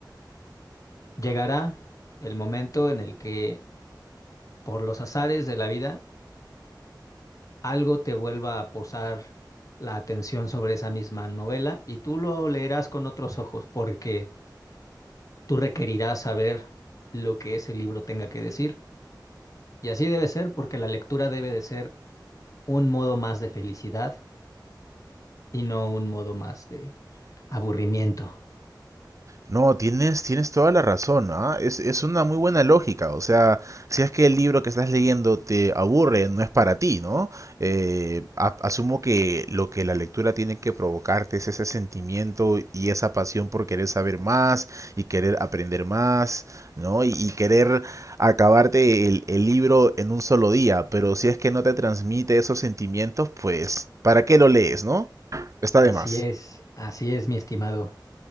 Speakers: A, on the left; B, on the right.
A: Llegará el momento en el que, por los azares de la vida, algo te vuelva a posar la atención sobre esa misma novela y tú lo leerás con otros ojos porque tú requerirás saber lo que ese libro tenga que decir. Y así debe ser porque la lectura debe de ser un modo más de felicidad y no un modo más de aburrimiento.
B: No, tienes, tienes toda la razón, ¿ah? Es, es una muy buena lógica. O sea, si es que el libro que estás leyendo te aburre, no es para ti, ¿no? Eh, a- asumo que lo que la lectura tiene que provocarte es ese sentimiento y esa pasión por querer saber más y querer aprender más, ¿no? Y, y querer acabarte el, el libro en un solo día. Pero si es que no te transmite esos sentimientos, pues, ¿para qué lo lees, no? Está
A: Así
B: de más.
A: es, así es, mi estimado.